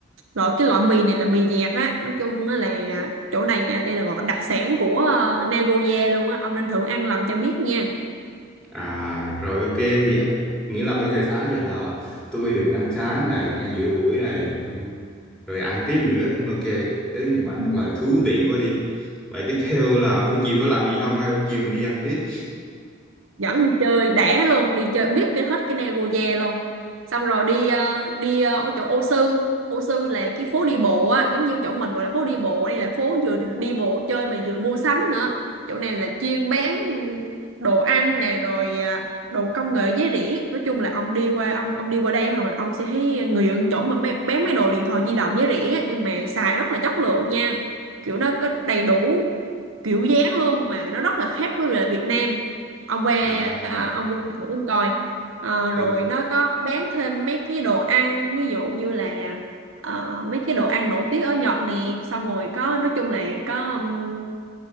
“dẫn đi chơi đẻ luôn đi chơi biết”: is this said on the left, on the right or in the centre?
Right